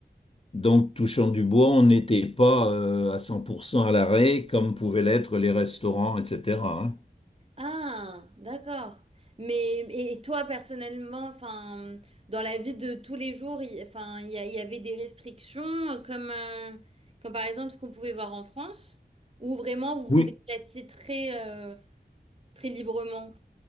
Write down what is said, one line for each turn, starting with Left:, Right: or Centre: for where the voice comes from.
Left: Donc, touchant du bois, on n'était pas euh, à 100% à l'arrêt comme pouvaient l'être les restaurants, etc. hein.
Right: Ah, d'accord. Mais et et toi personnellement, enfin, dans la vie de tous les jours, il- enfin, il y, a- il y avait des restrictions euh, comme, euh, comme par exemple ce qu'on pouvait voir en France, où vraiment vous vous
Left: Oui.
Right: déplaciez très, euh, très librement.